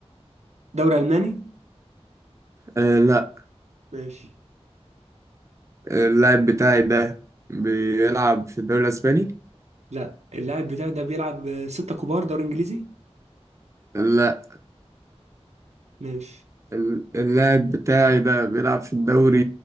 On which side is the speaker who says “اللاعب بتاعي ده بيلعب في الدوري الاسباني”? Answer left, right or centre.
Right